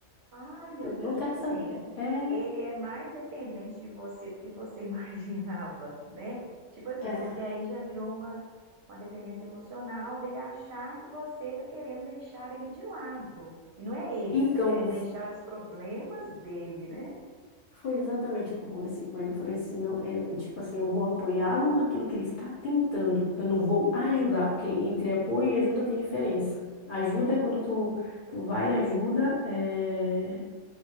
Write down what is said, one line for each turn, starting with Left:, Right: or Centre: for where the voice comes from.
Right: Ai, meu
Left: que eu
Right: Deus,
Left: não quero
Right: tipo assim,
Left: saber. É,
Right: ele é mais dependente de você do que você <laughs> imaginava, né? Tipo assim,
Left: é. é.
Right: porque aí já virou uma, uma dependência emocional dele achar que você tá querendo deixar ele de lado. E não é ele,
Left: Então,
Right: você tá querendo deixar os problemas dele, né?
Left: Foi exatamente o que eu conversei com ele. Eu falei assim, não, é, é tipo assim, eu vou apoiá-lo naquilo que ele está tentando. Eu não vou ajudar, porque entre apoio e ajuda tem diferença. Ajuda
Right: Bom,
Left: é quando tu, tu vai e ajuda, é,